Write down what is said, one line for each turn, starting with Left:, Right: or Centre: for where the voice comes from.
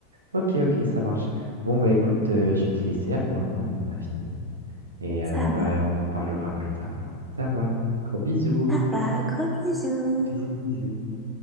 Right: Ok, ok, ça marche. Bon, bah écoute, euh, je vais te laisser alors, hein, on en a fini. Et
Centre: Ça
Right: euh, bah,
Centre: va,
Right: on en parlera plus tard alors. Ça va. Gros bisous.
Centre: ça va, gros bisous.
Right: Bisous, bisous.